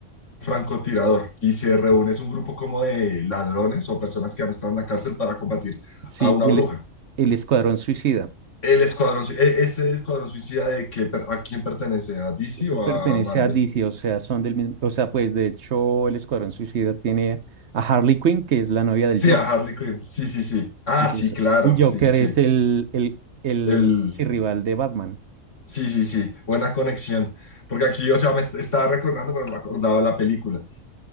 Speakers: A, on the left; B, on the right.
A: francotirador y se reúne, es un grupo como de ladrones o personas que han estado en la cárcel para combatir
B: Sí,
A: a una
B: el,
A: bruja.
B: el Escuadrón Suicida.
A: El escuadrón, sui- e- ese escuadrón suicida de que, per- a quién pertenece, a DC
B: Eso
A: o a
B: pertenece
A: Marvel.
B: a DC, o sea, son del mismo, o sea, pues de hecho el Escuadrón Suicida tiene a Harley Quinn, que es la novia del
A: Sí,
B: Joker.
A: a Harley Quinn. Sí, sí, sí. Ah,
B: Entonces,
A: sí, claro.
B: y
A: Sí,
B: Joker
A: sí, sí.
B: es el, el, el
A: El...
B: rival de Batman.
A: Sí, sí, sí. Buena conexión. Porque aquí, o sea, me est- estaba recordando, pero no me acordaba la película.